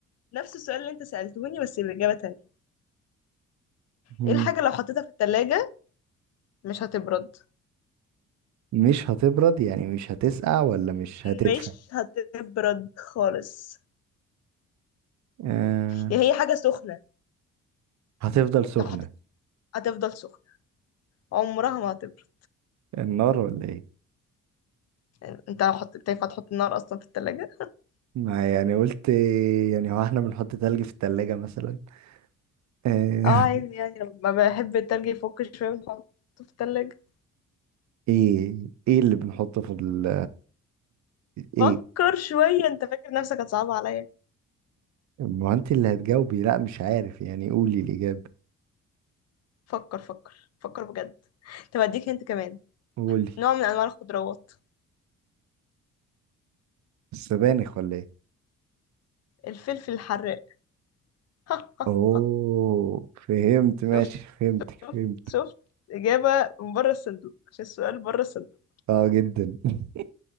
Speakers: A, on the left (about 55°); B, on the right (about 65°).
A: نفس السؤال اللي انت سألتوني بس بإجابة تانية
B: مم.
A: ايه الحاجة لو حطيتها في التلاجة مش هتبرد
B: مش هتبرد يعني مش هتسقع ولا مش هتدفى
A: مش هتبرد خالص
B: آه
A: يعني هي حاجة سخنة
B: هتفضل سخنة
A: لو حطيت هتفضل سخنة عمرها ما هتبرد
B: النار ولا ايه
A: يعني انت لو حطيت ينفع تحط النار اصلا في التلاجة
B: ما يعني قلت يعني هو احنا بنحط تلج في التلاجة مثلا آه
A: اه عادي
B: <laughs>
A: يعني لما بحب التلج يفك شوية بنحطه في التلاجة
B: ايه ايه اللي بنحطه في ال ايه
A: فكر شوية انت فاكر نفسك هتصعب عليا
B: ما انت اللي هتجاوبي لا مش عارف يعني قولي الاجابه
A: فكر فكر فكر بجد طب اديك انت كمان
B: قولي
A: نوع من انواع الخضروات
B: السبانخ ولا ايه
A: الفلفل الحراق <laughs>
B: اوه فهمت ماشي
A: شفت
B: فهمتك
A: شفت
B: فهمت
A: شفت إجابة من بره الصندوق عشان السؤال بره الصندوق
B: اه جدا <laughs>